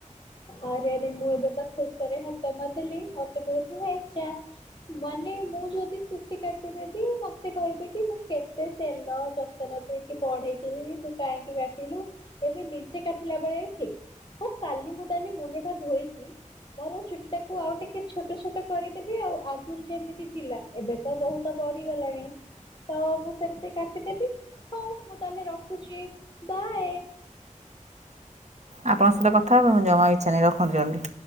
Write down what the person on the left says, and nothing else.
ଆରେ ଆରେ ମୁଁ ଏବେ ତ ଖୁସ ରେ ହାତ ମଧଲିି ମତେ କୋଉଠି ହେଇଛା ମାନେ ମୁଁ ଯଦି ଚୁଟି କାଟିଦେବି ମତେ କହିବେ କି ମୁଁ କେତେ ତେଲ ନ ଦେଇଇକି ପଢେଇଥିଲି ତୁ କାହିଁକି କାଟିଲୁ ଏବେ ନିଜେ କାଟିଲା ବେଳେ ଠିକ ହ କାଲି ମୁୋତାଲି ମୁଣ୍ଡ ଟା ଧୋଇକି ମୋର ଛୁଟି ଟାକୁ ଆଉ ଟିକେ ଛୋଟ ଛୋଟ କରିଦେବି ଆଉ ଆଗରୁ ଯେମିତି ଥିଲା ଏବେ ତ ବହୁତ ବଢିଗଲାଣି ତ ମୁଁ ସେମିତି କାଟିଦେବି ହଉ ମୁଁ ତାହେଲେ ରଖୁଛି ବାଏ